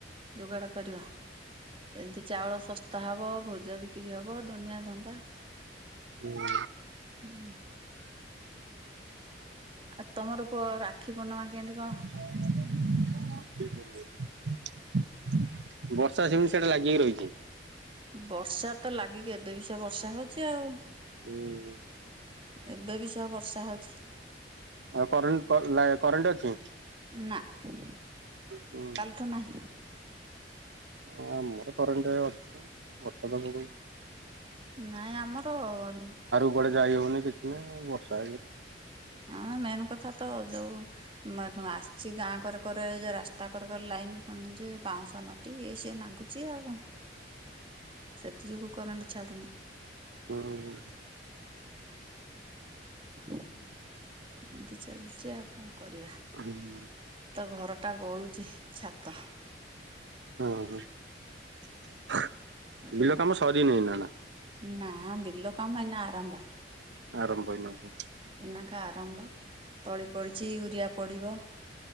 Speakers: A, on the right; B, on the right.
A: ଯୋଗାଡ଼ କରିବ ଏମିତି ଚାଉଳ ଶସ୍ ତା ହବ ଭୋଜ ବିକ୍ରି ହବ ଦୁନିଆ ଧନ୍ଦା।
B: ହୁଁ।
A: ହୁଁ। ଆଉ ତମର ପୁଅ ରାକ୍ଷୀ ପୂର୍ଣ୍ଣିମା କେମିତି କଣ?
B: <unintelligible> ବର୍ଷା ସେମିତି ସିଆଡେ ଲାଗିକି ରହିଛି।
A: ବର୍ଷା ତ ଲାଗିକି ଏବେ ବି ସେ ବର୍ଷା ହଉଛି ଆଉ।
B: ହୁଁ।
A: ଏବେ ବି ସେ ବର୍ଷା ହଉଛି।
B: ଆଉ କରେଣ୍ଟ, କ ଲା କରେଣ୍ଟ ଅଛି?
A: ନା କାଲିଠୁ
B: ହୁଁ
A: ନାହିଁ,।
B: ହଁ ଆମର କରେଣ୍ଟ ଅଛ ଦବ କଣ?
A: ନାଇଁ ଆମର ଗ
B: କୁଆଡ଼େ ଯାଇହଉନି କିଛି ନାହିଁ ବର୍ଷା ହେଇଯାଉ
A: ଆମର ମେନ୍ କଥା ତ ଯୋଉ ଆସିଛି ଗାଁ କରେ କରେ ରାସ୍ତା କରେ କରେ ଲାଇନ ଯେ ବାଉଁଶ ନଟି ଇଏ ସିଏ ନାଗୁ ଚି ଆଉ କଣ ସେଥି ଯୋଗୁ କରେଣ୍ଟ ଛାଡୁନି।
B: ହୁଁ ଉ।
A: ଏମିତି ଚାଲିଛି ଆଉ କଣ କରିବା।
B: <unintelligible>
A: ତ ଘରଟା ଗଳୁଛି ଛାତ।
B: ହଁ ହଁ
A: ଗୋଟେ
B: ବିଲ କାମ ସରିନି ନା ନା।
A: ନା ବିଲ କାମ ଏଇନା ଆରମ୍ଭ।
B: ଆରମ୍ଭ ହୋଇନଥିବା।
A: ଏଇନାକେ ଆରମ୍ଭ ତଳି ପଡିଛି ୟୁରିଆ ପଡିବ